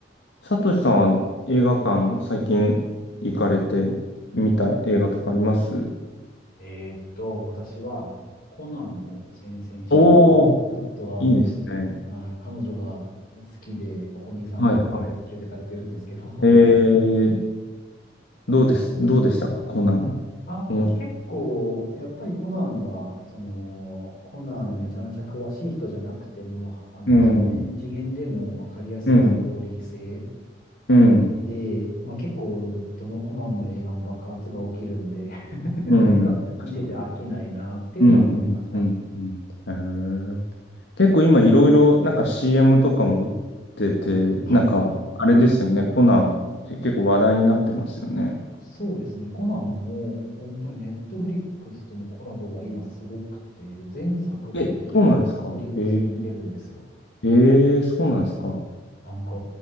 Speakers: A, on the left; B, on the left.
A: サトシさんは映画館最近行かれて見た映画とかあります
B: えーっと、私はコナンを先々週、
A: おお
B: ちょっとあの、
A: ー、いいですね。
B: あー、彼女が好きで、ここ2、3年は毎回連れてかれてるんですけど
A: はいはい。
B: <laughs>
A: えー、どうです、どうでしたか、コナン。
B: ああ、
A: 面白
B: 結構、やっぱりコナンは、その、コナンめちゃめちゃ詳しい人じゃなくても、あの、
A: うん、
B: 一見、一見でも分かりやすいストーリー性、
A: うん、うん、
B: で、まあ結構、どのコナンの映画も爆発が起きるんで <laughs>
A: うん、
B: なんか見てて飽きないなっていうのは思いました。
A: 確かに。うん、うん、うん、うん。えー、結構今いろいろなんか CM とかも打ってて、
B: はいはいはい。
A: なんかあれですよね、コナン結構話題になってますよね。
B: そうですね。コナンも本当にネットフリックスとのコラボが今すごくて、全作品、
A: え、
B: ネッ
A: そうなんですか。
B: トフリックスで見れるんですよ。
A: えええ、そうなんですか。
B: なんか